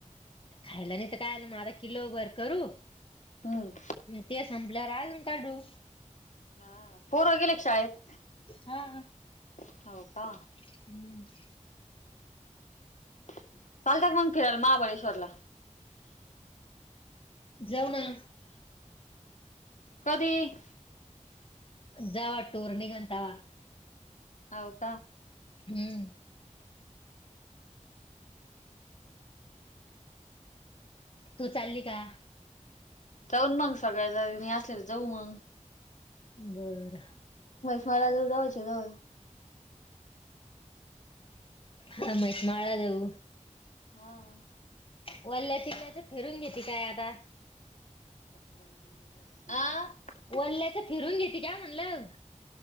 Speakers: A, on the left (about 40°); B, on the left (about 70°).
A: खायला नाही तर काय म आता किलो भर करू-
B: बरं
A: ते संपल्यावर अजुन काढु
B: हां पोर गेले का शाळेत
A: हा
B: - होव <inaudible> का
A: हम्म.
B: चालत मग फिरायला महाबळेश्वरला
A: जेव ना-
B: कधी-
A: जावा टूर्नीघातावा-
B: होव का
A: हं तु चालली का
B: जाऊन मग सगळ्या जणी असल्या तर जाऊ मग-
A: बरं-
B: मला जाऊ जवळचे जवळ
A: ह मही माळा देऊ <inaudible>
B: हा-
A: वल्ल्या <unintelligible> तिथल्या तर फिरून घेते काय आता
B: फक्त दोन तीन मिट हा <inaudible>
A: वल्ल्याचं फिरून घेते का म्हणलं